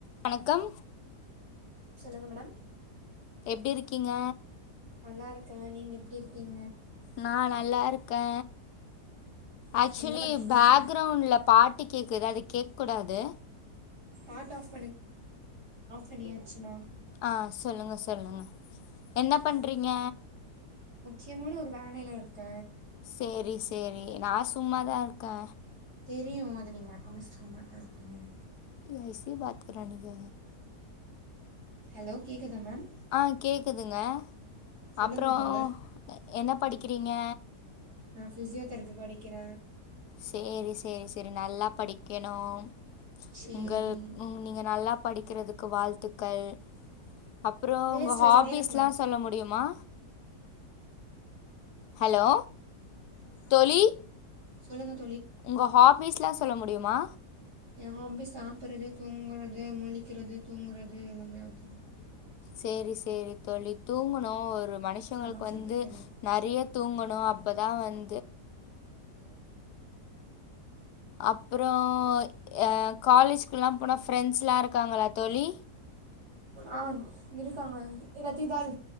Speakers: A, on the left; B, on the right.
A: வணக்கம்
B: சொல்லுங்க மேடம்
A: எப்டி இருக்கிங்க
B: நல்லா இருக்கே நீங்கள் எப்பிடி இருக்கிங்
A: நா நல்லாருக்கே ஆக்சுலி
B: என்ன பண்ணுறீங்க
A: பேக்ரவுண்ட்ல பாட்டு கேக்குது அது கேக்க கூடாது
B: ஆஃப் பண்ணியாச்சுமா
A: ஆ சொல்லுங்க சொல்லுங்க என்ன பண்றிங்க
B: கியமான ஒரு வேளையில இருக்க
A: சேரி சேரி நா சும்மாதா இருக்க
B: தெரியு அது நீங்க எப்பமே சும்மாதா இருப்பிங்கனு
A: நீங்க எஸ்ஸி பாத்கரா நீங்க
B: ஹெலோ கேக்குதா மேம்
A: ஆ கேக்குதுங்க
B: சொல்லுங்கள்
A: அப்றோ
B: தோழர்
A: என்ன படிக்கிறிங்க
B: நா ஃபிஸியோதெரபி படிக்கிற
A: சேரி சேரி செரி நல்லா படிக்கணும்
B: சரி
A: உங்கள் நீங்க நல்லா படிக்கிறதுக்கு வாழ்த்து க்கள் அப்புறோ
B: வேஸ்ட்
A: உங்க
B: வயசு
A: ஹாபிஸ்லா
B: நேரம் இருக்கணும்
A: சொல்ல முடியுமா ஹலோ தோழி
B: சொல்லுங்க த்
A: உங்க ஹாப் பீஸ்ல்லாம் சொல்ல முடியுமா
B: என் ஹாப்பீஸ் சாப்புட்றது தூங்குறது முழிக்கிறது தூங்குறது எல்லாமே அதான்
A: சேரி சேரி தோழி தூங்கணு ஒரு மனுஷங்களுக்கு
B: சாம்பார் சூப்பி
A: வந்து
B: கறி
A: நெறய தூங்கணு அப்பதான் வந்
B: <unintelligible>
A: அப்புறோ அ காலேஜ்க்குலா போனா ஃப்ரெண்ட்ஸ்லா இருக்காங்களா தோழி
B: ஆ இருக் க்காங்க ரத்தி தால்